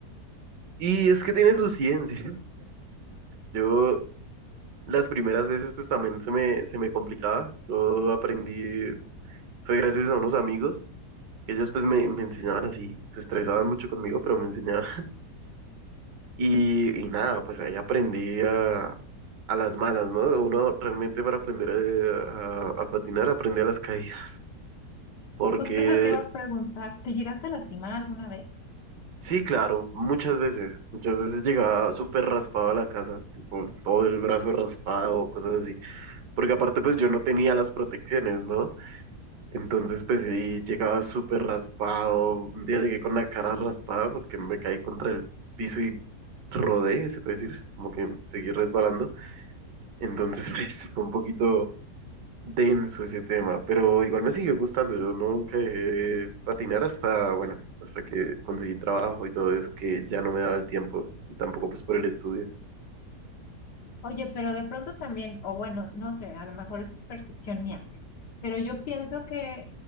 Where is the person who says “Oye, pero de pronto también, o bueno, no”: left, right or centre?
Left